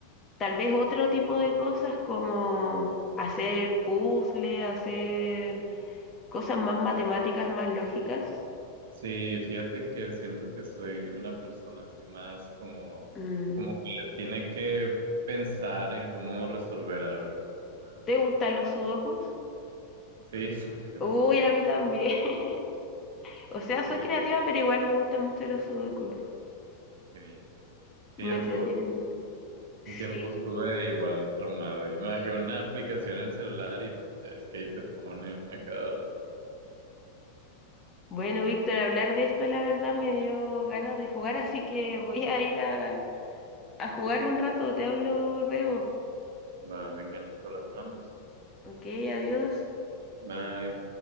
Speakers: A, on the left (about 25°); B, on the right (about 60°).
A: tal vez otro tipo de cosas como hacer puzzles, hacer cosas más matemáticas, más lógicas.
B: Sí, fíjate que siento que soy una persona así más como,
A: Mm.
B: como que tiene que pensar en cómo resolver algo. Ajá.
A: ¿Te gustan los sudokus?
B: Sí, <laughs> sí me
A: Uy,
B: gustan.
A: a mí también. <laughs> O sea, soy
B: Sí,
A: creativa, pero igual me gustan mucho los sudokus.
B: Qué bien, qué bien.
A: Me
B: Sí, eso,
A: entretienen. Sí.
B: un tiempo estuve igual traumado. Y me bajé una aplicación en el celular y pues, ya es que ahí te ponen a cada rato.
A: Bueno, Víctor, hablar de esto la verdad me dio ganas de jugar, así que voy a ir a, a jugar un rato. Te hablo luego.
B: Va, venga, Nicola, hablamos.
A: Ok, adiós.
B: Bye.